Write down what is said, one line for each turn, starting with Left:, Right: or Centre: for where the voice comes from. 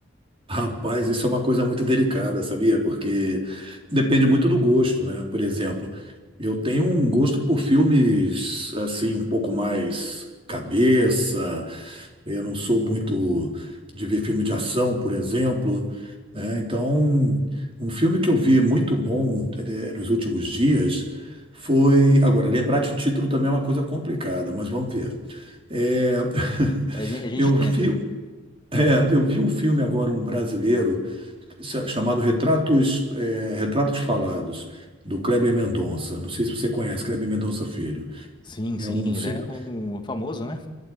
Right: Rapaz, isso é uma coisa muito delicada, sabia? Porque depende muito do gosto, né? Por exemplo, eu tenho um gosto por filmes assim, um pouco mais cabeça. Eu não sou muito de ver filme de ação, por exemplo, né? Então, um filme que eu vi muito bom eh, nos últimos dias foi. Agora, lembrar de título também é uma coisa complicada, mas vamos ver. É, <laughs>
Left: A gente, a gente
Right: eu
Left: tenta.
Right: vi, é, eu vi um filme agora, um brasileiro, cha- chamado Retratos, é, Retratos Falados, do Kleber Mendonça. Não sei se você conhece, Kleber Mendonça Filho.
Left: Sim,
Right: É
Left: sim,
Right: um, cine-
Left: ele é um famoso, né?